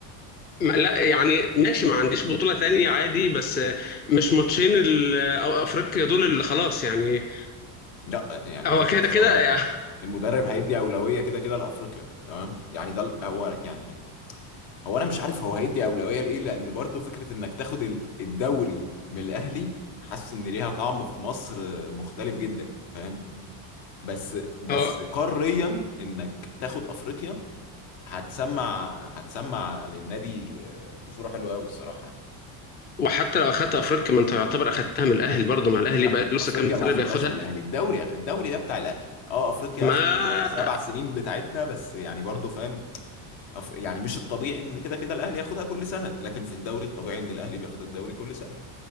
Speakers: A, on the left; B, on the left.
A: ما- لا يعني ماشي ما عنديش بطولة تانية عادي بس مش ماتشين ال- أو أفريقيا دول اللي خلاص يعني
B: لا يعني
A: هو
B: معلش
A: كده
B: بس
A: كده
B: هو
A: يعني
B: المدرب هيدي أولوية كده كده لأفريقيا تمام يعني ده ال- هو يعني هو انا مش عارف هو هيدي اولويه لايه لان برضو فكره انك تاخد ال- الدوري من الاهلي حاسس ان ليها طعم في مصر مختلف جدا فاهم بس بس
A: هو
B: قاريا انك تاخد افريقيا هتسمع هتسمع للنادي بصوره حلوه قوي الصراحه
A: وحتى لو أخدت أفريقيا ما أنت يعتبر أخدتها من الأهلي برضه ما الأهلي
B: لا
A: بقى لسه
B: افريقيا
A: كام سنة
B: ما اخدتهاش
A: بياخدها
B: من الاهلي الدوري أخ- الدوري ده بتاع الاهلي اه افريقيا
A: ما
B: اخر سبع سنين بتاعتنا بس يعني برضو فاهم أفر... يعني مش الطبيعي ان كده كده الاهلي ياخدها كل سنه لكن في الدوري الطبيعي ان الاهلي بياخد الدوري كل سنه